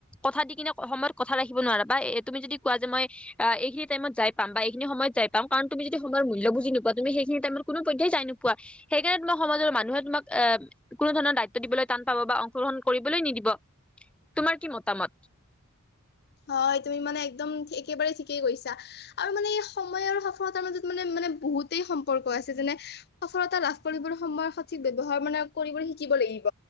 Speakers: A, in the centre; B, on the left.
A: কথা দি কিনে সময়ত কথা ৰাখিব নোৱাৰা বা এ তুমি যদি কোৱা যে মই। অ' এই খিনি টাইমত যাই পাম বা এইখিনি সময়ত যাই পাম কাৰণ যদি সময়ৰ মূল্য বুজি নোপোৱা তুমি সেইখিনি টাইমত কোনোপধ্যেই নোপোৱা। সেইকাৰণে তোমাক সমাজৰ মানুহে তোমাক অ' কোনো ধৰণৰ দায়িত্ব দিবলৈ টান পাব বা অংশগ্ৰহণ কৰিবলৈ নিদিব তোমাৰ কি মতামত?
B: হয় তুমি মানে একদম একেবাৰে ঠিকেই কৈছা। আৰু মানে এই সময় আৰু সফলতাৰ মাজত মানে মানে বহুতেই সম্পৰ্ক আছে যেনে। সফলতা লাভ কৰিবলৈ সময় সঠিক ব্যৱহাৰ মানে কৰিবলৈ শিকিব লাগিব।